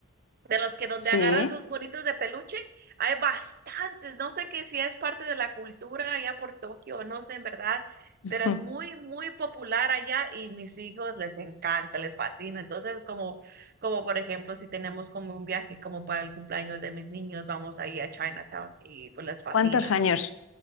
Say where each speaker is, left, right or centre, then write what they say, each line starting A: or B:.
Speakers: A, on the right; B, on the left.
A: de los que donde
B: sí.
A: agarras los bonitos de peluche, hay bastantes. No sé que si es parte de la cultura allá por Tokio, no sé en verdad,
B: <laughs>
A: pero es muy, muy popular allá y mis hijos les encanta, les fascina. Entonces, como, como por ejemplo, si tenemos como un viaje como para el cumpleaños de mis niños, vamos ahí a Chinatown y pues les fascina.
B: ¿Cuántos años,